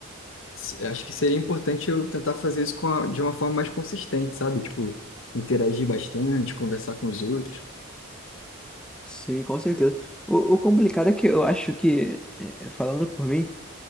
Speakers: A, on the left; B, in the centre.
A: se- acho que seria importante eu tentar fazer isso com a- de uma forma mais consistente, sabe? Tipo, interagir bastante, conversar com os outros.
B: Sim, com certeza. O, o complicado é que eu acho que, é, é, falando por mim,